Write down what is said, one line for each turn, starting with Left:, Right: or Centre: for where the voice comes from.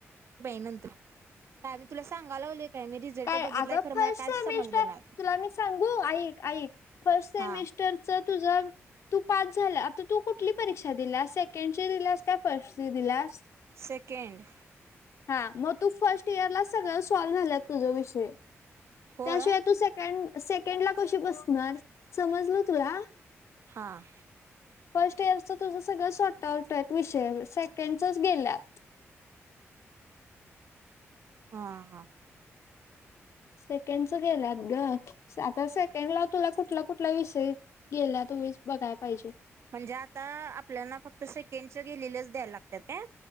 Right: ही नंतर का आम्ही तुला सांगायला लावले. काय मी रिझल्ट
Left: काय
Right: बघितलाय
Left: अगं
Right: खरं
Left: फर्स्ट
Right: मला काहीच
Left: सेमिस्टर
Right: समजलं नाही आता.
Left: तुला मी सांगू ऐकऐक फर्स्ट सेमिस्टर
Right: हा
Left: तुझं तू पास झाला आता तू कुठली परीक्षा दिलास सेकंडची दिलास का फर्स्टची दिलास.
Right: सेकंड
Left: हा तू इयर ला सगळ सॉल्व झालंत तुझ विषय
Right: होय
Left: त्याशिवाय तू सेक सेकंड ला कशी बसणार समजल तुला
Right: हां.
Left: फर्स्ट इयरच तुझं सगळं शॉर्ट आउट आहे विषय सेकंडच गेल्यात.
Right: हा हा
Left: सेकंड च गेलात ग आता सेकंड लाव तुला कुठला कुठला विषय गेला तुम्ही बघाला पाहिजे.
Right: म्हणजे आता आपल्याना फक्त सेकेंच गेलेल्याच द्यायला लागतात काय.